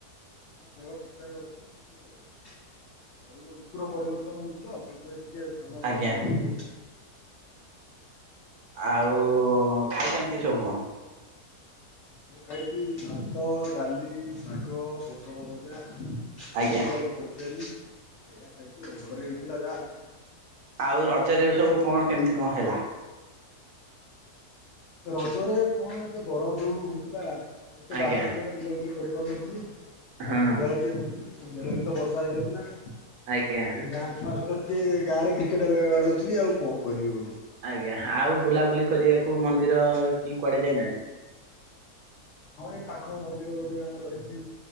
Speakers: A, on the left; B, on the right.
A: ହଁ ଦେହ ଠିକ ଠାକ ଅଛି। ଟିକେ ଋତୁର ପରିବର୍ତ୍ତନ ହଉଛି ତ ସେଥିପାଇଁ ଟିକେ ଟିକେ ଥଣ୍ଡା
B: ଆଜ୍ଞା
A: ଜର ହେଇଯାଇଛି ଆଉ।
B: ଆଉ ଖାଇଛନ୍ତି ସବୁ କଣ?
A: ମୁଁ ଖାଇଛି ଭାତ ଡାଲି ଶାଗ ପୋଟଳ ଭଜା। ଭେଣ୍ଡି
B: ଆଜ୍ଞା
A: ଆଳୁ ତରକାରୀ ଏଇଆ ଖାଇଥିଲୁ। ଘରେ ହେଇଥିଲା ଯାହା।
B: ଆଉ ରଜରେ ସବୁ କଣ କେମିତି କଣ ହେଲା?
A: ରଜରେ କଣ ତ ଗରମ ଯୋଉ ହଉଥିଲା ଏତେ
B: ଆଜ୍ଞା
A: ବାହାରକୁ କୁଆଡେ ବୁଲାବୁଲି କରିପାରୁନଥିଲି ଯାହା
B: ହଁ
A: ସନ୍ଧ୍ୟାବେଳେ ଟିକେ ବୁଲୁଥିଲି ସନ୍ଧ୍ୟା ବେଳେ ବି ତ ବର୍ଷା ହେଇଯାଉଥିଲା।
B: ଆଜ୍ଞା।
A: ଏଇ ଗାଁ ଛୁଆ ସହିତ ଟିକେ ଗାଁରେ କ୍ରିକେଟ ବାଡଉଥିବି ଆଉ କଣ କରିବି ବନ୍ଧୁ।
B: ଆଜ୍ଞା ଆଉ ବୁଲାବୁଲି କରିବାକୁ ମନ୍ଦିର କି କୁଆଡେ ଯାଇନାହାନ୍ତି?
A: ହଁ ଏଇ ପାଖ ମନ୍ଦିର ଗୋଟେ ଆମର ଏଇଛି